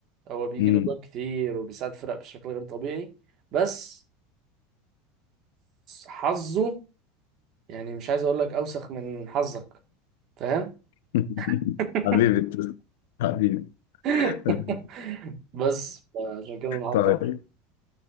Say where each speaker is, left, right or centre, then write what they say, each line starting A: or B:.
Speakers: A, on the right (about 35°); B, on the left (about 80°).
A: هو بيجيب
B: امم
A: جوال كتير وبيساعد فرق بشكل غير طبيعي بس حظه يعني مش عايز اقول لك اوسخ من حظك فاهم
B: <laughs>
A: <laughs>
B: حبيبي تسلم حبيبي
A: <laughs>
B: <laughs> حبيبي.
A: بس عشان كده انا هحط
B: طيب
A: عشرة